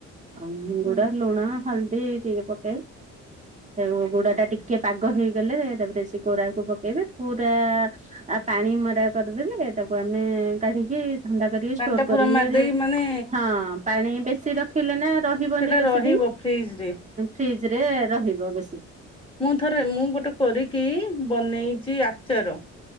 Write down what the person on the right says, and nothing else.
ଆଉ ମୁ
ଗୁଡ ଲୁଣ ହଳଦୀ ଟିକେ ପକେଇ ସେ ଗୁଡା ଟା ଟିକେ- ଟିକେ ପାଗ ହେଇଗଲେ ତାପରେ ସେ କୋରାକୁ ପକେଇବେ ପୁରା ଆଉ ପାଣି ମରା କରିଦେଲେ ତାକୁ ଆମେ କାଢିକି ଥଣ୍ଡା କରିବି
ଷ୍ଟୋର କରିବି
ହଁ ପାଣି ବେଶୀ ରଖ ରିଲେ ନା ରହିବନି
ବେଶୀ
ଦିନ
ଫ୍ରିଜ ରେ ରହିବ ବେ